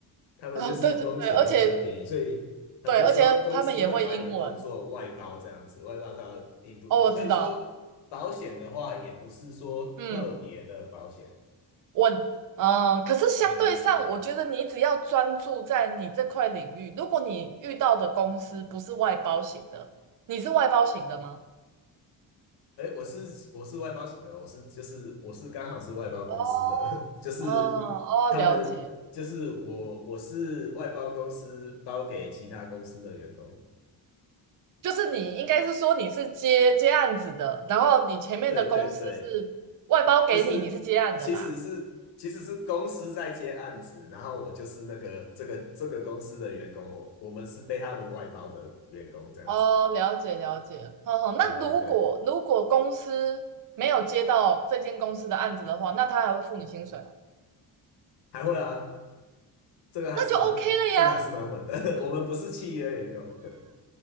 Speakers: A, on the left; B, on the right.
A: 他们就是工钱会比较便宜，
B: 啊、对对对，而且
A: 所以很多时候公司会把你的工作外包这样子，
B: 对，而且他们也会英文
A: 外包到印度上。
B: 哦，我知道，
A: 所以说保险的话，也不是说特别的保险。
B: 嗯，稳，嗯、可是相对上，
A: 嗯嗯嗯。
B: 我觉得你只要专注在你这块领域，如果你遇到的公司不是外包型的，你是外包型的吗？
A: 哎，我是我是外包型的，我是就是我是刚好是外包公司的，
B: 哦，
A: <laughs> 就是他们就是我我是外包公司包给其他公司的员工。
B: 哦，哦，了解，就是你应该是说你是接接案子的，然后你前面的公司是外包给你，
A: 对对对。就是其实是其实是公司在接案子，
B: 你是接案的啦。
A: 然后我就是那个这个这个公司的员工，我我们是被他们外包的员工这样子。
B: 哦，了解了解，哦，
A: 对对对，
B: 那如果如果公司没有接到这间公司的案子的话，那他还会付你薪水吗？
A: 还会啊，这个还是蛮这个还是蛮稳的，
B: 那就 OK 了呀。
A: <laughs> 我们不是契约员工。<laughs>